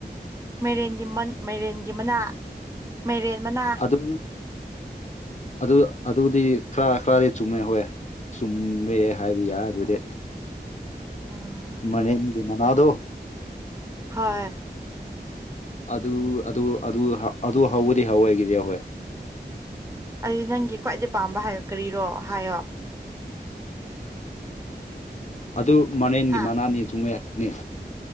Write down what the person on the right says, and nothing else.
ꯃꯥꯏꯔꯦꯟꯒꯤ ꯃꯥꯏꯔꯦꯟꯒꯤ ꯃꯅꯥ ꯃꯥꯏꯔꯦꯟ ꯃꯅꯥ
ꯎꯝ
ꯍꯣꯏ
ꯑꯗꯨꯗꯤ ꯅꯪꯒꯤ ꯈ꯭ꯋꯥꯏꯩ ꯄꯥꯝꯕ ꯍꯥꯏꯌꯨ ꯀꯔꯤꯔꯣ ꯍꯥꯏꯌꯣ
ꯍꯥ